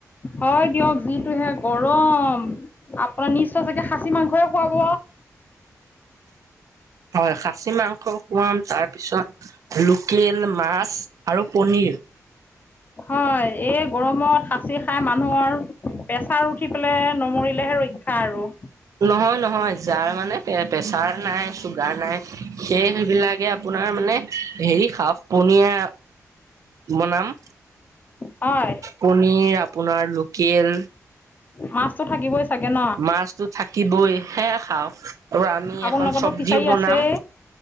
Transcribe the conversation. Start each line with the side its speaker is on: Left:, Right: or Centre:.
Left: হয় দিয়ক যিটোহে গৰম আপোনাৰ নিশ্চয় চাগে খাচী মাংসই খুৱাব।
Right: হয় খাচী মাংস খুৱাম তাৰ পিছত। লোকেল মাছ আৰু পনীৰ।
Left: হয় এই গৰমত খাঁচি খাই মানুহৰ। পেছাৰ উঠি পেলাই নমৰিলেহে ৰক্ষা আৰু।
Right: নহয় নহয় যাৰ মানে প্ৰেছাৰ নাই চুগাৰ নাই সেই সেইবিলাকে আপোনাৰ মানে। হেৰি খাও পনীয়া বনাম।
Left: হয়।
Right: পনীৰ আপোনাৰ লোকেল।
Left: মাছতো থাকিবই চাগে ন।
Right: মাছটো থাকিবই সেয়া খাওঁক তওৰ আমি
Left: আপোনালোকৰতো
Right: এখন চব্জিও
Left: ফিচাৰী
Right: বনাম।
Left: আছেই